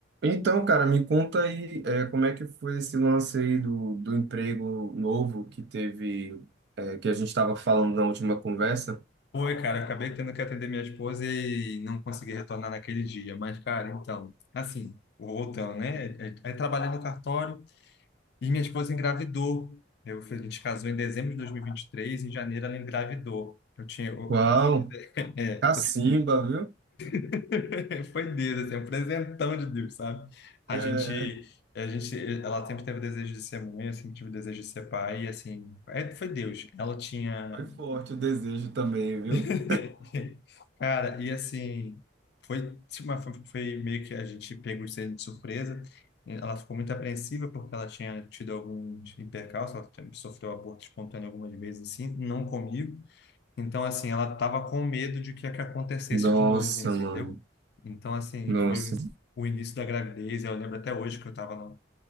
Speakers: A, on the right; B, on the left.
A: Então, cara, me conta aí, é, como é que foi esse lance aí do, do emprego novo que teve, é, que a gente estava falando na última conversa?
B: Foi, cara, eu acabei tendo que atender minha esposa e não consegui retornar naquele dia. Mas, cara, então, assim, voltando, né? Aí trabalhei no cartório e minha esposa engravidou. Eu, a gente casou em dezembro de dois mil e e vinte e três. em janeiro ela engravidou. Eu tinha, eu-
A: Uau,
B: é,
A: cacimba, viu?
B: <laughs> foi Deus, assim, um presentão de Deus, sabe?
A: É,
B: A gente, a gente, ela sempre teve o desejo de ser mãe, eu sempre tive o desejo de ser pai, e assim, é, foi Deus. Ela tinha,
A: foi forte o desejo também, viu?
B: <laughs> Cara, e assim, foi, tipo, uma- foi foi meio que a gente pegou de ser de surpresa. Ela ficou muito apreensiva porque ela tinha tido alguns percalços, ela tinha- sofreu aborto espontâneo algumas vezes, assim, não comigo. Então, assim, ela estava com medo de que, que acontecesse
A: Nossa,
B: de novo, entendeu?
A: mano.
B: Então, assim,
A: Nossa.
B: foi o início da gravidez. Eu lembro até hoje que eu estava